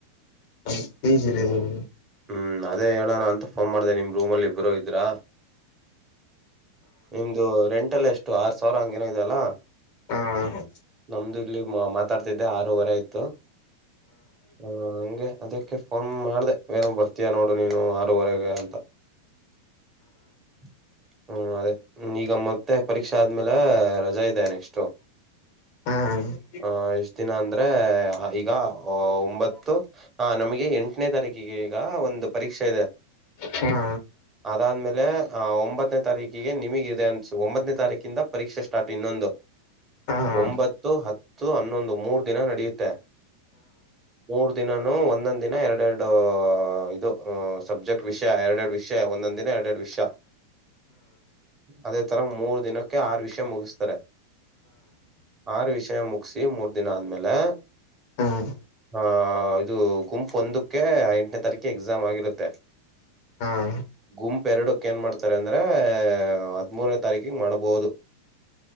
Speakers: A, on the left; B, on the right.
A: ಅ ಪಿಜಿಲ್ ಇದೀನಿ.
B: ಹ್ಮ್ ಅದೇ ಹೇಳಣ ಅಂತ ಫೋನ್ ಮಾಡ್ದೆ ನಿಮ್ ರೂಮಲ್ ಇಬ್ರು ಇದ್ರಾ. ನಿಮ್ದು ರೆಂಟ್ ಎಲ್ಲ ಎಷ್ಟು ಆರ್ ಸಾವ್ರ ಹಂಗೆನೋ ಇದ್ಯಲ್ಲ.
A: ಹಾ
B: ನಮ್ದು ಇಲ್ಲಿ ಮಾತಾಡ್ತಿದ್ದೆ ಆರುವರೆ ಆಯ್ ತು ಹ ಹಂಗೆ. ಅದಕ್ಕೆ ಫೋನ್ ಮಾಡ್ದೆ ವೇನ್ ಬರ್ತೀಯಾ ನೋಡು ನೀನು ಆರೂವರೆಗೆ ಅಂತ. <unintelligible> ಹ್ಮ್ ಅದೆ ಮ್ ಈಗ ಮತ್ತೆ ಪರೀಕ್ಷೆ ಆದ್ಮೇಲೆ ರಜಾ ಇದೆ. ಎಷ್ಟೋ.
A: ಹಾ
B: ಹ ಎಷ್ಟ ದಿನ ಅಂದ್ರೆ ಆಯ್ ಈಗ ಒಂಬತ್ತು ಆ ನಮ್ಗೆ ಎಂಟನೇ ತಾರೀಕಿಗೆ ಈಗ ಒಂದ್ ಪರೀಕ್ಷೆ ಇದೆ.
A: ಹಾ
B: ಅದಾದ್ಮೇಲೆ ಒಂಬತ್ತನೇ ತಾರೀಕಿಗೆ ನಿಮಿಗ್ ಇದೆ ಅನ್ಸ ಒಂಬತ್ತನೇ ತಾರೀಕಿಂದ ಪರೀಕ್ಷೆ ಸ್ಟಾರ್ಟ್ ಇನ್ನೊಂದು.
A: ಹಾ ಹಾ ಹಾ ಹಾ ಹಾ ಹಾ
B: ಒಂಬತ್ತು ಹತ್ತು ಹನ್ನೊಂದು ಮೂರ್ ದಿನ ನಡ್ಯುತ್ತೆ, ಮೂರ್ ದಿನನೂ ಒಂದೊಂದ್ ದಿನ ಎರ್ಡೆರ್ಡು ಇದು ಸಬ್ಜೆಕ್ಟ್ ವಿಷ್ಯ ಎರ್ಡೆರ್ಡ್ ವಿಷ್ಯ ಒಂದೊಂದ್ ದಿನ ಎರ್ಡ್ ಎರ್ಡ್ ವಿಷ್ಯ ಅದೇ ತರ ಮೂರ್ ದಿನಕ್ಕೆ ಆರು ವಿಷ್ಯ ಮುಗ್ಸ್ತಾರೆ. ಆರು ವಿಷಯ ಮುಗ್ಸಿ ಮೂರ್ ದಿನ ಆದ್ಮೇಲೆ
A: ಹಾ ಹಾ
B: ಆಹ ಇದು ಗುಂಪ್ ಒಂದಕ್ಕೆ ಎಂಟ್ನೇ ತಾರೀಕೆ ಎಕ್ಸಾಮ್ ಆಗಿರುತ್ತೆ
A: ಹಾ
B: ಗುಂಪ್ ಎರುಡ್ಕ್ ಏನ್ ಮಾಡ್ತಾರ್ ಅಂದ್ರೆ ಹದ್ಮೂರ್ನೇ ತಾರೀಕಿಗ್ ಮಾಡ್ಬೊದು.